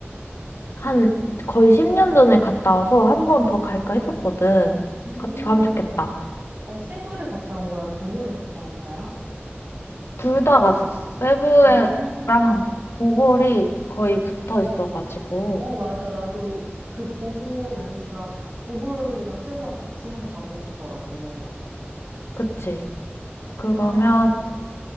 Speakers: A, on the left (about 75°); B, on the right (about 50°).
A: 한 거의 10년 전에 갔다 와서 한번 더 갈까 했었거든.
B: 음,
A: 같이 가면 좋겠다.
B: 어, 세부를 갔다 온 거야? 보홀에 갔다 온 거야?
A: 둘 다 갔었어. 세부랑
B: 아,
A: 보홀이 거의 붙어 있어가지고.
B: 어, 맞아. 나도 그 보고 나니까 보홀이랑 세부랑 같이 한번 가보고 싶더라고.
A: 그치? 그러면
B: 아,